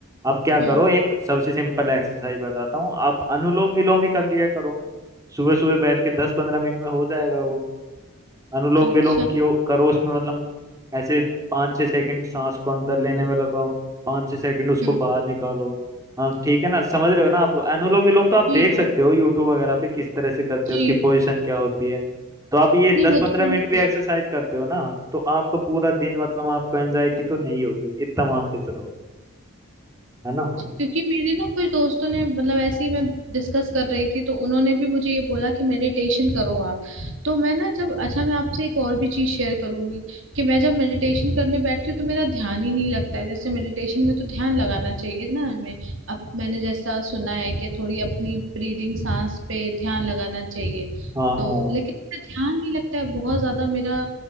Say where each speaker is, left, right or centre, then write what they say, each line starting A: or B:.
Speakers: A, on the right; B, on the right.
A: आप क्या करो
B: हम्म
A: एक सबसे सिंपल एक्सरसाइज बताता हूँ आप अनुलोम विलोम ही कर लिया करो सुबह सुबह बैठ के दस पंद्रह मिनट में हो जाएगा वो अनुलोम
B: है अच्छा
A: विलोम क्यों करो उसमें मतलब ऐसे पाँच छः सेकंड सांस को अंदर लेने में लगाओ पाँच छः सेकंड उसको
B: हम्म
A: बाहर निकालो हम ठीक है ना समझ रहे हो ना आप अनुलोम विलोम तो आप
B: जी
A: देख सकते
B: जी
A: हो यूट्यूब वगैरह पे किस तरह से करते
B: जी
A: हैं उसकी पोजीशन क्या होती है तो आप ये
B: नहीं
A: दस
B: वो
A: पंद्रह
B: तो मैंने
A: मिनट भी
B: देखा
A: एक्सरसाइज करते हो ना तो आपका पूरा दिन मतलब आपको एंजाइटी तो नहीं होगी इतना मानते चलो है ना
B: क्योंकि मेरे ना कुछ दोस्तों ने मतलब ऐसे ही मैं डिस्कस कर रही थी तो उन्होंने भी मुझे ये बोला कि मेडिटेशन करो आप तो मैं ना जब अच्छा मैं आपसे एक और भी चीज शेयर करूंगी कि मैं जब मेडिटेशन करने बैठती हूँ तो मेरा ध्यान ही नहीं लगता है जैसे मेडिटेशन में तो ध्यान लगाना चाहिए ना हमें अब मैंने जैसा सुना है कि थोड़ी अपनी ब्रीदिंग सांस पे ध्यान लगाना चाहिए
A: हाँ
B: तो
A: हाँ
B: लेकिन मेरा ध्यान नहीं लगता है बहुत ज्यादा मेरा